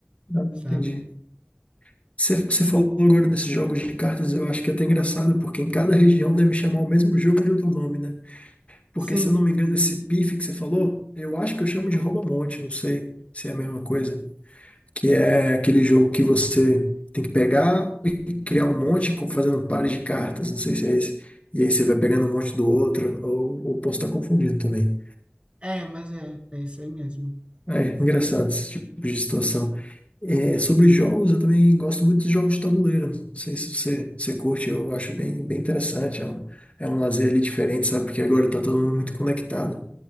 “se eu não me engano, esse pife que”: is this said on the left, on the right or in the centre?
Left